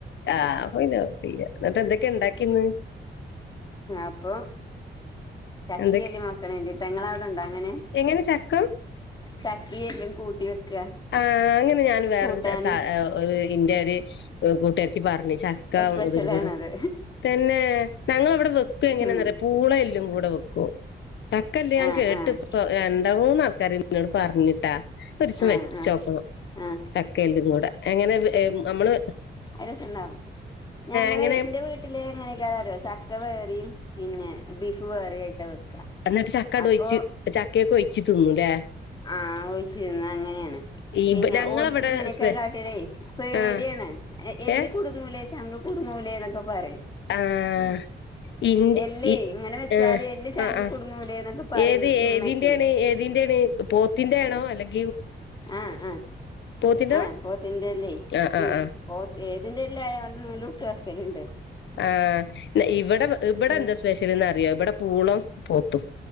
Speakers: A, on the left; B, on the left.
A: ആ പോയിന്നു എന്നിട്ട് എന്തൊക്കെ ഇണ്ടാക്കിന്ന്
B: അപ്പൊ ചക്കി
A: എന്തൊക്കെ
B: എല്ലി മോക്കണ വേണ്ടിട്ടാ ങ്ങളെ അവിടെണ്ടോ അങ്ങനെ
A: എങ്ങനെ ചക്ക
B: ചക്കയെല്ലും കൂട്ടി വെക്ക
A: ആ അങ്ങനെ ഞാൻ വേറരു
B: കൂട്ടാന്
A: ഒരു ഇന്റെ ഒര് കൂട്ടുകര്ത്തി പറഞ്ഞ് ചക്ക
B: സ്പെഷ്യല
A: ഇതും കൂടെ
B: ആണത്
A: തന്നെ ഞങ്ങളവിടെ വെക്ക എങ്ങനെയന്ന-
B: ഉം
A: റിയ പൂള എല്ലും കൂടെ വെക്കും. ടക്കല്ല ഞാൻ
B: ആഹ്
A: കേട്ട്.
B: ആഹ്
A: <unintelligible> ആൾക്കാർ എന്നോട് പറഞ്ഞിട്ടാ, ഒരുസം
B: ആഹ്
A: വെ-
B: ആഹ്
A: ചോക്കണം
B: ആഹ്
A: ചക്ക എല്ലു കൂടെ, എങ്ങനെ നമ്മള്.
B: അ രസണ്ടാവും, ഞങ്ങള്
A: എങ്ങനെ
B: ഇന്റെ വീട്ടില് എങ്ങനെയെക്കാ അറിയോ ചക്ക വേറിയിം പിന്നെ. ബീഫ് വേറെ ആയിട്ട വെ
A: എന്നിട്ട് ചക്കണ്ട്
B: അപ്പൊ
A: ഒഴിച്ച് ചക്കയൊക്കെ ഒഴിച്ച് തിന്നുംല്ലേ
B: ആ തിന്ന അങ്ങനെയാണ്
A: ഈ
B: പിന്നെ
A: ബ- ഞങ്ങളവിടെ
B: ഓൽക്ക് ഇങ്ങനെയെക്ക
A: സ്പെ
B: <unintelligible> പേടിയാണ്
A: ആഹ്
B: എല്ല്
A: ഏഹ്
B: കുടുങ്ങൂലേ ചങ്കിൽ കുടുങ്ങൂലേ എന്നൊക്കെ പറയ്
A: ആ.. ! ഇന്റെ
B: എല്ലേ
A: ഇ
B: ഇങ്ങനെ വെച്ചാല്
A: ആ...
B: എല്ല് ചങ്ക്
A: ആ.. ആ..
B: കുടുങ്ങൂലേ എന്നൊക്കെ പറയും
A: ഏത്,
B: ഉമ്മക്കെ
A: ഏതിന്റെണ് ഏത് - <unintelligible> പോത്തിന്റെണോ? അല്ലെങ്കി!
B: ആ... ആ...
A: പോത്തിന്റെതാ
B: ആ.. പോത്തിന്റെല്ലേ
A: ആ ആ
B: ഉം
A: ആ
B: പോ- ഏതിൻന്റെല്ലാ <unintelligible> ഇട്ട് വക്കലിണ്ട്.
A: ആ... ഇവിടെ ഇവിടെ
B: ഉം
A: എന്താ സ്പെഷ്യൽന്ന് അറിയോ, ഇവിടെ പൂളോ, പോത്തും